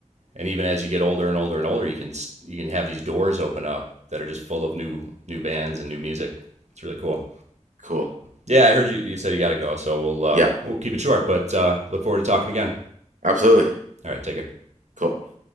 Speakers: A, on the right (about 65°); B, on the right (about 85°).
A: and even as you get older and older and older you can you can have these doors open up that are just full of new new bands and new music it's really cool
B: cool.
A: yeah i heard you you said you got to go so we'll uh
B: Yeah,
A: we'll keep it short but uh look forward to talking again
B: absolutely.
A: all right take care
B: Cool.